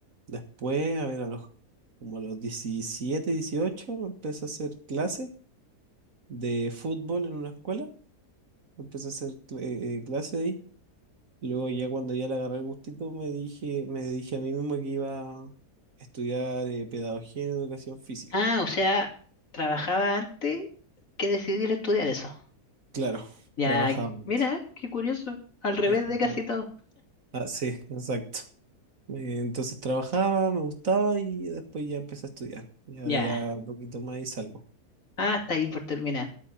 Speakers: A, on the right; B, on the left.
A: después, a ver, a los como a los 17 18 empecé a hacer clases de fútbol en una escuela, empecé a hacer cl- eh, eh, clases ahí. Luego ya cuando ya le agarré el gustito me dije, me dije a mí mismo que iba a estudiar eh, pedagogía en educación física.
B: Ah, o sea, trabajaba antes que decidir estudiar eso.
A: Claro,
B: Ya,
A: trabajaba. antes,
B: mira, qué curioso. Al revés
A: sí,
B: de casi
A: no,
B: todo.
A: ah, sí, exacto. Eh, Entonces trabajaba, me gustaba y después ya empecé a estudiar. Y ahora
B: Ya.
A: ya un poquito más y salgo.
B: Ah, hasta ahí por terminar.